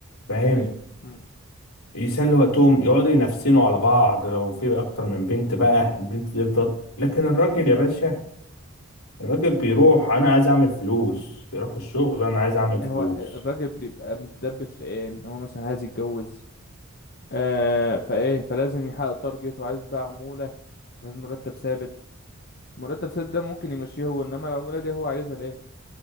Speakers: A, on the left; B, on the left.
A: فاهم
B: دي حقيقة مم.
A: يسلوا وقتهم يقعدوا ينفسنوا على بعض لو في اكتر من بنت بقى البنت دي بتط... لكن الراجل يا باشا الراجل بيروح انا عايز اعمل فلوس بيروح الشغل انا عايز اعمل فلوس
B: هو الراجل بيبقى متدبس في ايه ان هو مثلا عايز يتجوز آه فايه فلازم يحقق تارجت وعايز بقى عمولة مش عايز مرتب ثابت مرتب ثابت ده ممكن يمشيه هو انما العمولة دي هو عايزها لايه